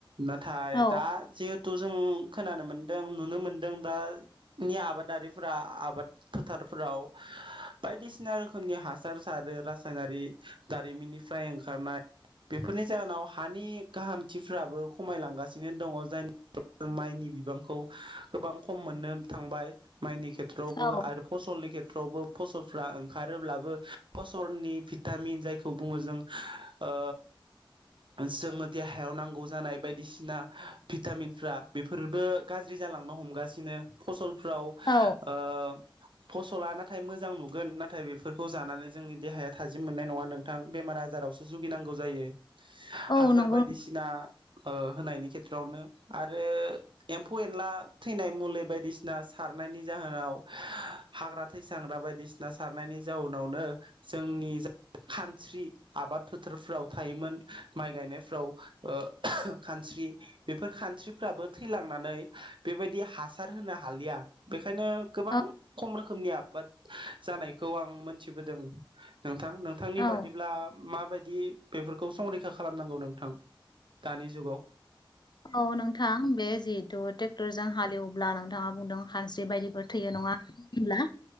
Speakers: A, on the right; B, on the left.
A: नाथाय
B: औ
A: दा जिहे थु जों खोनानो मोनदों नुनो मोनदों दानि आबादारिफोरा आबाद फोथारफोराव बायदिसिना रोखोमनि हासार सारो रासायनारि दारिमिननिफ्राय ओंखारनाय बेफोरनि जाहोनाव हानि गाहामथिफोराबो खमायलांगासिनो दं जाय माइनि बिबांखौ गोबां खम मोननो थांबाय माइनि खेथ्रआवबो
B: औ
A: आरो फसलनि खे फ्रावबो फसलफ्रा ओंखारोब्लाबो फसलनि भिटामिन जायखौ बुङो जों ओ जोंनो देहायाव नांगौ जानाय बायदिसिना भिटामिनफ्रा बेफोरबो गाज्रि जालांनो हमगासिनो फसल फ्राव ओ
B: औ
A: फसला नाथाय मोजां नुगोन नाथाय बेफोरखौ जानानै जोंनि देहाया थाजिम मोननाय नङा नोंथां बेमार आजारावसो जुगिनांगौ जायो।
B: औ
A: हासार
B: नंगौ
A: बायदिसिना होनायनि खेथ्रआवनो आरो एम्फौ एनला थैनाय मुलि बायदिसिना सारनायनि जाहोनाव हाग्रा थैसांग्रा बायदिसिना सारनायनि जाहोनावनो जोंनि जा खानस्रि आबाद फोथारफ्राव थायोमोन माइ गायनायफ्राव ओ खानस्रि बेफोर खान्स्रिफ्राबो थैलांनानै बेबायदि हासार होनो हालिया बे ओंखायनो गोबां
B: औ
A: खम रोखोमनि आब बाद जानायखौ आं मोनथिबोदों नोंथां नोंथांनि
B: औ
A: बादिब्ला मा बायदि बेफोरखौ संरैखा खालामनांगौ नोंथां? दानि जुगाव
B: औ नोंथां बे जिहेतु ट्रेक्टर जों हालेवोब्ला नोंथाङा बुंदों खानस्रि बायदिफोर थैयो नङा होमब्ला